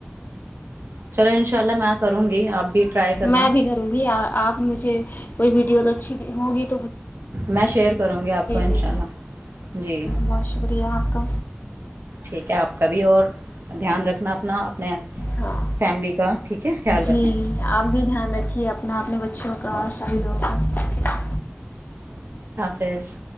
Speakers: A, on the right; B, on the left.
A: چلو انشاء اللہ میں کروں گی آپ بھی ٹرائی کرنا
B: میں بھی کروں گی آپ مجھے کوئی ویڈیو چ ہو
A: میں شیئر کروں گی آپ کو ان
B: جی
A: شاء اللہ جی
B: بہت شکریہ آپ کا
A: ٹھیک ہے آپ کا بھی اور دھیان رکھنا اپنا اپنے
B: ہاں
A: فیملی کا ٹھیک ہے خیال رکھیں
B: جی آپ بھی دھیان رکھے یہ اپنا اپنے بچوں کا
A: او
B: اور سبھی لوگوں کا
A: فیز